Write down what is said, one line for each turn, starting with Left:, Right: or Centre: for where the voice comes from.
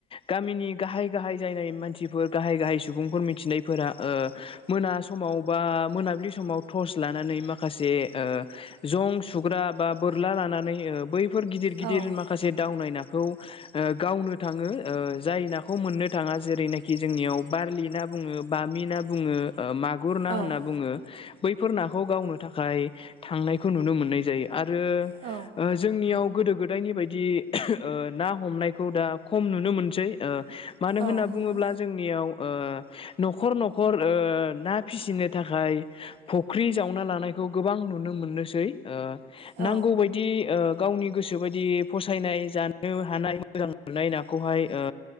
Left: गामिनि गाहाय गाहाय जायनाय मानसिफोर गाहाय गाहाय सुबुंफोर मिथिनायफोरा ओ मोना समाव बा मोनाबिलि समाव टस लानानै माखासे ओ जं सुग्रा बा बोरला लानानै बैफोर गिदिर
Right: औ
Left: गिदिर माखासे दावनाय नाखौ ओ गावनो थाङो जाय ना खौ मोननो थाङा जेरैनाखि जोंनियाव बारलि ना बुङो बामि ना बुङो मागुर ना
Right: औ
Left: होनना बुङो बैफोर नाखौ गावनो थाखाय थांनायखौ नुनो मोननाय जायो आरो
Right: औ
Left: जोंनियाव गो गोदो गोदायनि बायदि ना हमनायखौ दा खम नुनो मोनसै ओ मानो
Right: औ
Left: होनना
Right: नंगौ
Left: बुङोब्ला जोंनियाव ओ न'खर न'खर ओ ना फिसिनो थाखाय फुख्रि जावना लानायखौ गोबां नु नो मोननोसै ओ
Right: औ
Left: नांगौ बायदि ओ गावनि गोसो बायदि फसायनाय जानो हानाय मोजां मोननाय नाखौहाय ओ